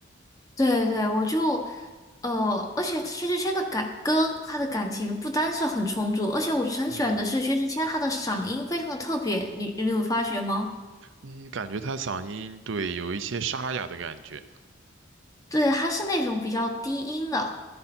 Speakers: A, on the left (about 15°); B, on the right (about 75°).
A: 对对，我就，呃，而且薛之谦的感歌，他的感情不单是很充足，而且我很喜欢的是薛之谦，
B: 嗯
A: 他的嗓音非常的特别，你你有发觉吗？
B: 嗯，感觉他嗓音对有一些沙哑的感觉，
A: 对，他是那种比较低音的，